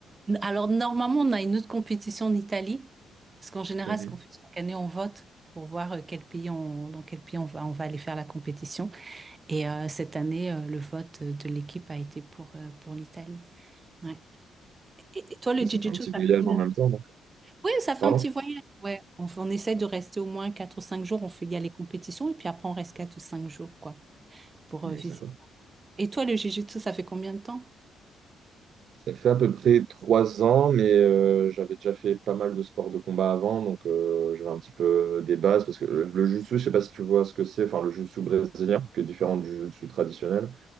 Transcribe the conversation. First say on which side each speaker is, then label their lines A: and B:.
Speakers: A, on the right; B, on the right.
A: Alors, normalement, on a une autre compétition en Italie, parce qu'en général,
B: Mhm.
A: ce qu'on fait chaque année, on vote pour voir euh, quel pays on, dans quel pays on va, on va aller faire la compétition. Et euh, cette année, euh, le vote euh, de l'équipe a été pour, euh, pour l'Italie. Ouais. Et, et toi, le
B: Bon, C'est
A: Jiu-Jitsu,
B: un petit
A: ça
B: voyage
A: fait combien?
B: en même temps, donc.
A: Oui, ça fait
B: Pardon?
A: un petit voyage. Ouais. On, fait- on essaie de rester au moins 4 ou 5 jours. On fait, il y a les compétitions, et puis après, on reste 4 ou 5 jours, quoi, pour
B: Mhm,
A: euh, visiter.
B: c'est cool.
A: Et toi, le Jiu-Jitsu, ça fait combien de temps?
B: Ça fait à peu près trois ans, mais euh, j'avais déjà fait pas mal de sports de combat avant, donc euh, j'avais un petit peu des bases, parce que le, le jiu-jitsu, je sais pas si tu vois ce que c'est, enfin le jiu-jitsu brésilien, qui est différent du jiu-jitsu traditionnel,